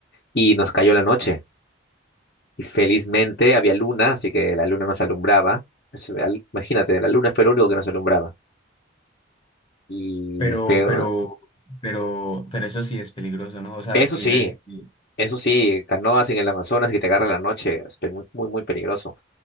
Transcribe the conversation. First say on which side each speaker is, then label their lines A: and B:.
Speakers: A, on the left (about 50°); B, on the left (about 25°).
A: y nos cayó la noche. Y felizmente había luna, así que la luna nos alumbraba. Eso, al- Imagínate, la luna fue lo único que nos alumbraba. Y
B: Pero,
A: fue,
B: pero, pero, pero eso sí es peligroso, ¿no? O sea,
A: eso
B: ir
A: sí,
B: en... ¿Y
A: eso sí, canoas en el Amazonas que te agarra la noche, es pe- muy, muy, muy peligroso.